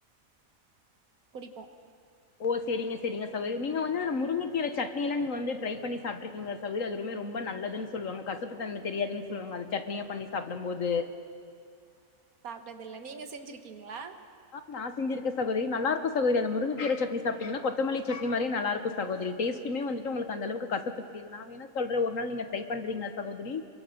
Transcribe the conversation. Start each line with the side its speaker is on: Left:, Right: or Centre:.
Right: குடிப்போ
Left: ஓ செரிங்க செரிங்க சகோதுரி நீங்க வந்து முருங்க கீர சட்னி எல்லா நீங்க வந்து ட்ரை பண்ணி சாப்ட்றுக்கீங்களா சகோதுரி அது ரொம் ப நல்லதுன்னு சொல்லுவாங்க கசப்பு தெரியாது சொல்லுவாங்க அது சட்னியா பண்ணி சாப்பிடும் போது
Right: செஞ்சதுல்ல நீங்க செஞ்சிருக்கீங்களா
Left: ஆஃப் நா செஞ்சிருக்க சகோதிரி நல்லார்க்கோ சகோதிரி அந்த முங்கக்கீர சட்னி சாப்பிட்டீங்கன்னா கொத்தமல்லி சட்னி மாரியே நல்லார்க்கு சகோதரி இந்த டேஸ்டுமே வந்துட்டு உங்குளுக்கு அந்தளவுக்கு கசப்பு தெரியாது நா வேணா சொல்ற ஒரு நாள் நீங்க ட்ரை பண்றீங்களா சகோதிரி